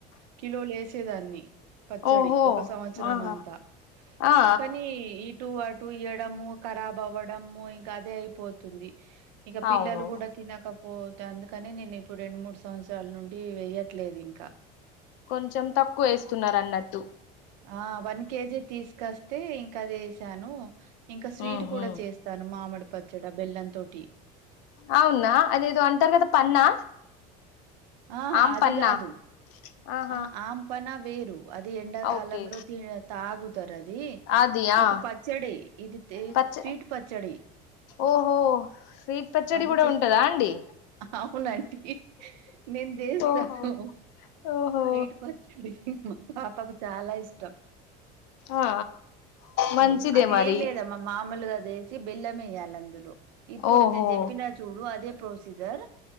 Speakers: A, on the right; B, on the left.
A: కిలో లేసేదాన్ని పచ్చడి
B: ఓహో
A: ఒక సంవత్సరం
B: ఆహా
A: అంతా
B: ఆ
A: కానీ ఈ టు అటు ఇయడము కరాబ్ అవ్వడము ఇంకదే అయిపోతుంది ఇగ పిల్లలు
B: అవును
A: గూడ తినక పోత్ అందుకని నేను ఇప్పుడు రెండు మూడు సంవత్సరాల నుండి వెయ్యట్లేదు ఇంకా
B: కొంచెం తక్కువ వేస్తున్నారన్నట్టు
A: ఆ వన్ కేజీ తీస్కస్తే ఇంకది ఏసాను ఇంక స్వీట్
B: ఉహు
A: కూడా చేస్తాను మామిడి పచ్చడ బెల్లం తోటి
B: అవునా అదేదో అంటారు కదా పన్నా
A: ఆహా
B: ఆమ్
A: అది
B: పన్నా
A: గాదు
B: ఆహా
A: ఆ ఆంపన్న వేరు అది ఎండాకాలంలో
B: ఓకే
A: తి తాగుతరది
B: అది ఆ
A: ఇప్పు పచ్చడి ఇది తే
B: పచ్చ
A: స్వీట్ పచ్చడి
B: ఓహో స్వీట్ పచ్చడి
A: అది
B: గుడా
A: చే
B: ఉంటదా అండి
A: అవునండి నేన్ జేస్తాను
B: ఓహో ఓహో
A: స్వీటు పచ్చడి మా పాపకు చాలా ఇష్టం
B: ఆ మంచిదే
A: ఆ అదేం
B: మరి
A: లేదమ్మా మామూలుగా జెస్ చి బిల్లమేయ్యాలందులో ఇప్పుడు
B: ఓహో
A: నేను జెప్పిన చూడు అదే ప్రొసీజర్